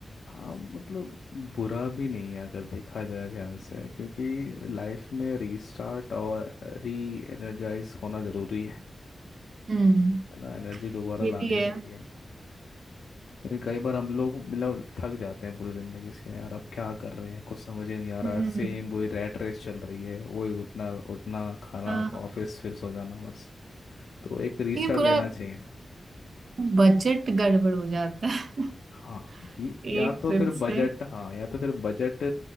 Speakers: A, on the left; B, on the right.
A: हाँ मतलब बुरा भी नहीं है अगर देखा जाए ध्यान से क्योंकि लाइफ में रीस्टार्ट और री एनर्जाइज होना ज़रूरी है
B: हम्म
A: है ना एनर्जी दोबारा
B: ये
A: लानी
B: भी
A: ज़रूरी
B: है
A: है क्योंकि कई बार हम लोग मतलब थक जाते हैं पूरी ज़िंदगी से यार अब क्या कर रहे हैं कुछ समझ ही नहीं आ रहा
B: हम्म
A: सेम वही रैट रेस चल रही है वही उठना उठना खाना
B: हाँ हाँ
A: ऑफिस फिर सो जाना बस तो एक रीस्टार्ट
B: लेकिन पूरा
A: लेना चाहिए
B: बजट गड़बड़ हो जाता है
A: हाँ ये-
B: <laughs> एक
A: या तो
B: ट्रिप
A: फिर बजट
B: से
A: हाँ या तो फिर बजट